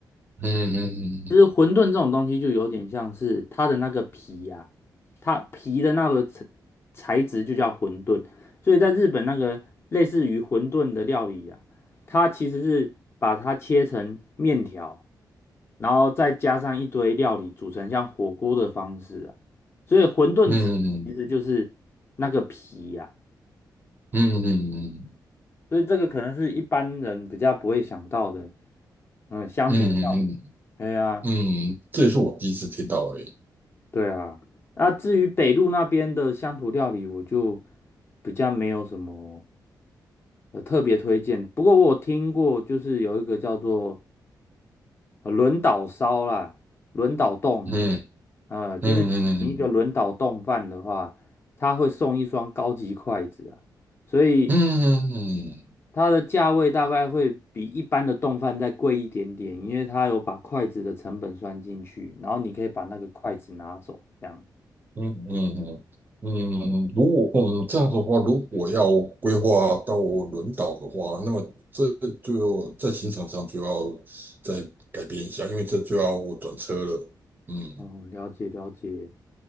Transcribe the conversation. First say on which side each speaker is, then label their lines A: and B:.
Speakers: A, on the right; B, on the left.
A: 嗯嗯
B: 其实馄饨这种东西就有点像是它的那个皮呀、啊它皮的那个材材质就叫馄饨，所以在日本那个类似于馄饨的料理啊，它其实是把它切成面条，然后再加上一堆料理组成像火锅的方式啊，所以馄饨子其实就是那个皮呀、
A: 嗯
B: 啊
A: 嗯
B: 所以这个可能是一般人比较不会想到的，嗯，乡土料理，
A: 嗯嗯嗯
B: 哎呀、
A: 嗯，这也是我第一次听到而已。
B: 对啊，那至于北路那边的乡土料理，我就比较没有什么呃特别推荐。不过我有听过，就是有一个叫做呃轮岛烧啦，轮岛冻啊，
A: 嗯
B: 呃，就是你一个轮岛冻饭的话，
A: 嗯嗯嗯。
B: 它会送一双高级筷子啊，所以
A: 嗯嗯
B: 它的价位大概会比一般的冻饭再贵一点点，因为它有把筷子的成本算进去，然后你可以把那个筷子拿走，这样。
A: 嗯嗯，嗯，如果嗯这样子的话，如果要规划到轮岛的话，那么这就在行程上就要再改变一下，因为这就要转车了。嗯
B: 哦，了解了解。